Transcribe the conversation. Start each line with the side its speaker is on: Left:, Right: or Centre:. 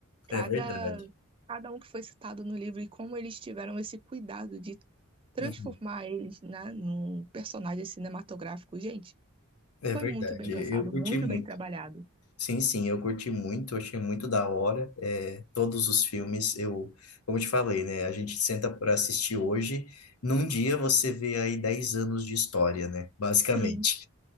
Right: Cada,
Left: É verdade.
Right: cada um que foi citado no livro e como eles tiveram esse cuidado de transformar
Left: Uhum.
Right: eles, né, num personagem cinematográfico. Gente,
Left: É
Right: foi
Left: verdade.
Right: muito bem pensado,
Left: Eu curti
Right: muito
Left: muito.
Right: bem trabalhado.
Left: Sim, sim, eu curti muito, achei muito da hora. É, todos os filmes, eu, como eu te falei, né? A gente senta para assistir hoje, num dia você vê aí 10 anos de história, né? Basicamente.
Right: Sim,